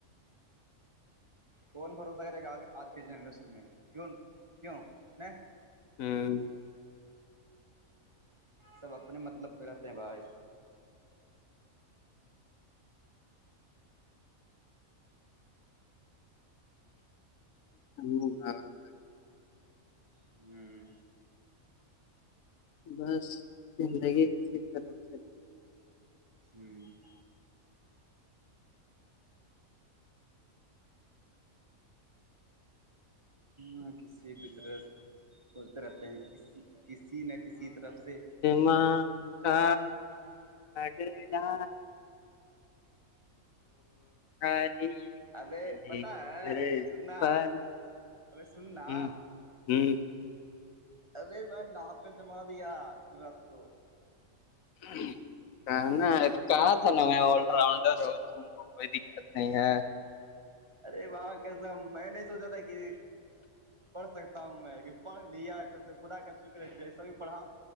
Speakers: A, on the right; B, on the left.
A: کون بھروسہ کرے گ آج کے جنریشن میں کی کیوں ن
B: ہاں
A: سب اپنے مطلب پہ رہتے ہیں بھائی
B: ہوگا <unintelligible>
A: ھم <unintelligible> ہوں
B: بس زندگی کسی طرح سے
A: ہوں ہ کسی بھی طرح بولتے رہتے ہیں کسی کسی نہ کسی طرف سے
B: ماں کا لڈلہ علی
A: ابے
B: کے
A: پتا ہے
B: گھر
A: سننا
B: پر
A: ارے سنا
B: ہوں ہوں
A: ارے میں نا پہ جما دیا ج بات کو
B: <unintelligible> کہنا کہا تھا نا میں آل راؤنڈر ہ تم کو کوئی دقت نہیں ہے
A: ارے وہاں کیسا میں نہیں سوچا تھا کہ پڑ سکتا ہوں میں کہ پھ لیا کب سے خدا کا شکر ہے جیسے بھی پڑھا